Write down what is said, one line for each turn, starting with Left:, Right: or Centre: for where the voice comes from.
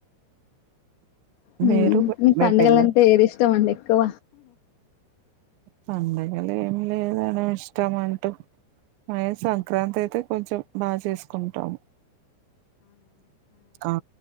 Left: మ్
Right: మీరు
Left: మీకు
Right: మీ
Left: పంండగలంటే
Right: పిల్ల
Left: ఏది ఇష్టం అండి ఎక్కువ
Right: పండగల ఏమి లేదండి ఇష్టమంటు మై సంక్రాంతి అయితే కొంచెం బా చేసుకుంటాం ఆ